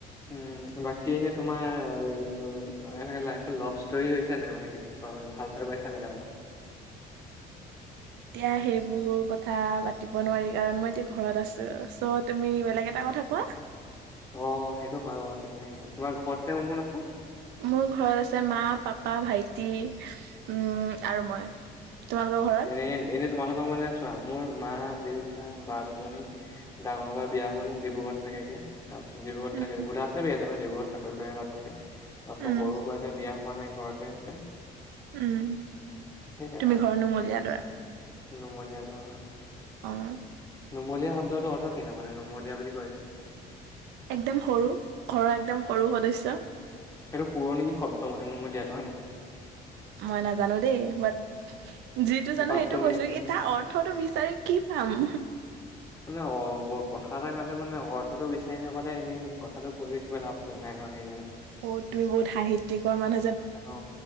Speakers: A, on the left (about 20°); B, on the right (about 90°).
A: উম, বাকী এনে তোমাৰ এনে লাইফৰ লফ ষ্টৰি হৈছে নাই মানে কেতিয়া হয় ভালপাই পাইছা নে কৰোবাক?
B: এতিয়া সেইবোৰ কথা পাতিব নোৱাৰি কাৰণ মই এতিয়া ঘৰত আছো চত তুমি বেলেগ এটা কথা কোৱা?
A: অ, সেইটো হয় বাৰু ঠিকে -ঠিকে তোমাৰ ঘৰততে কোন- কোন আছে?
B: মোৰ ঘৰত আছে মা, পাপা, ভাইটি উম আৰু মই। তোমালোকৰ ঘৰত
A: এনে -এনে তোমালোকক মানে চোৱা মোৰ মা, দেউতা বা দুজনী ডাঙৰ বা বিয়া হ'ল ডিব্ৰুগড়ত থাকে এতিয়া তাৰপিছত ডিব্ৰুগড়ত
B: উম
A: থাকে গুলাঘাট লে বিয়া হৈছে মানে ডিব্ৰুগড়ত চাকৰি কৰে তাত থাকে তাছত
B: উম
A: সৰু বাইদেউ বিয়া হোৱা নাই ঘৰতে আছে।
B: উম,
A: সেয়াই
B: তুমি
A: আৰু
B: ঘৰ নুমলীয়া ল'ৰা।
A: নুমলীয়া ল'ৰা অ।
B: অ',
A: নুমলীয়া শব্দটো অৰ্থ কিনো মানে নুমলীয়া বুলি কৈ যে?
B: একদম সৰু ঘৰৰ একদম সৰু সদস্য।
A: সেইটো পুৰণি শব্দ মানে নুমলীয়াটো হয় নাই?
B: মই নাজানো দেই বাট যিটো জানো
A: বাট
B: সেইটো
A: তুমি
B: কৈছো ই তাৰ অথ ৰ্থটো বিচাৰি কি পাম?
A: মানে অ, কথা এটা কলে মানে অৰ্থটো বিচাৰি নাপালে এনেই কথাটো কৈ কিবা লাভ আছে নাই ন'সেইকাৰণে।
B: অহ, তুমি বহুত সাহিত্যৰ মানে?
A: অ,